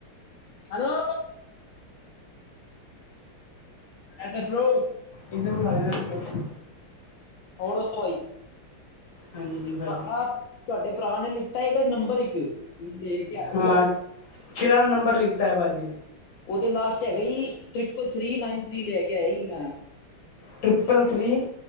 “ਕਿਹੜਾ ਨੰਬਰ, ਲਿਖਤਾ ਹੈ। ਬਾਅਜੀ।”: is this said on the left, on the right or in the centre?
Left